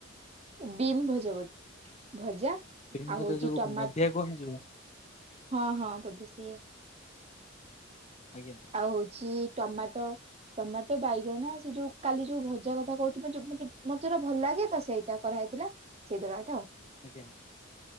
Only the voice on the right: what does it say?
ବିମ୍ ଭଜା, ବଧେ ଭଜା।
ଆଉ
ହଉଛି
ଟମାଟ
ହଁ ହଁ, ବଧେ ସେୟା।
ଆଉ ହଉଚି ଟମାଟୋ, ଟମାଟୋ, ବାଇଗଣ ସେ ଯଉ କାଲି ଯଉ ଭଜା କଥା କହୁଥିବ-----ମତେ---ଭଲ୍ ଲାଗେ ତ ସେଇଟା କରା ହେଇଥିଲା, ସେଇ ଦଳଟା ଆଉ।